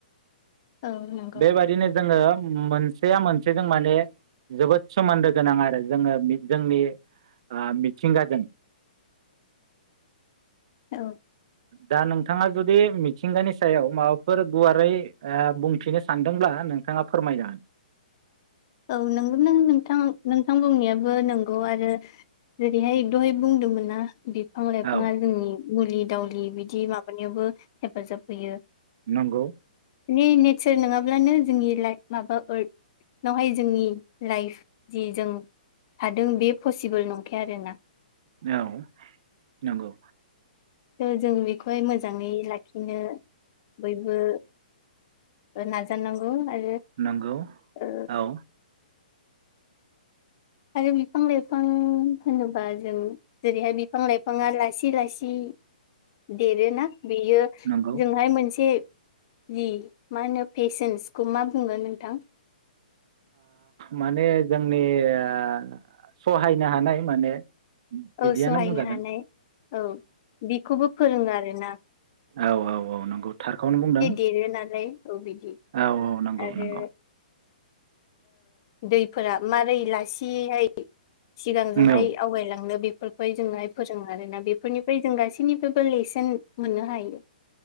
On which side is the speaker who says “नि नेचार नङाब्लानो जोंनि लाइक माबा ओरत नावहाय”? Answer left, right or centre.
Left